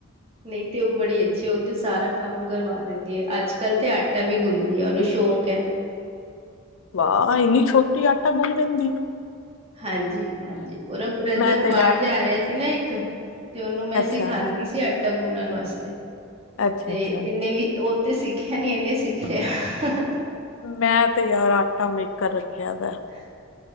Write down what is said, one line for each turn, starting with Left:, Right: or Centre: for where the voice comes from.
Right: ਨਹੀਂ ਤੇ, ਉਹ ਬੜੀ ਅੱਛੀ, ਉਹ ਤੇ ਸਾਰਾ ਕੰਮ ਕਰਵਾ ਦਿੰਦੀ ਹੈ। ਅੱਜ- ਕੱਲ੍ਹ ਤੇ, ਆਟਾ ਵੀ ਗੁੰਦੀ ਹੈ। ਉਹਨੂੰ ਸ਼ੌਂਕ ਹੈ।
Left: ਵਾਹ, ਇੰਨੀ ਛੋਟੀ ਆਟਾ ਗੁੰਨ ਲੈਂਦੀ ਆ।
Right: ਹਾਂਜੀ -ਹਾਂਜੀ, ਉਹਦਾ ਬ੍ਰਦਰ
Left: ਮੈਂ ਤੇ
Right: ਬਾਹਰ
Left: ਯਾਰ
Right: ਜਾ ਰਿਹਾ ਸੀ ਨਾ ਇੱਕ ਤੇ ਉਹਨੂੰ ਮੈਂ
Left: ਅੱਛਾ
Right: ਸਿਖਾਉਂਦੀ ਸੀ ਆਟਾ ਗੁੰਨਣ ਵਾਸਤੇ,
Left: ਅੱਛਾ
Right: ਤੇ
Left: ਅੱਛਾ
Right: ਇਹਨੇ ਵੀ ਉਹ ਤੇ ਸਿੱਖਿਆ ਨੀ, ਇਹਨੇ ਸਿੱਖ ਲਿਆ।
Left: ਮੈਂ ਤੇ ਯਾਰ, ਆਟਾ ਮੇਕਰ ਰੱਖਿਆ ਵੈ।
Right: <unintelligible>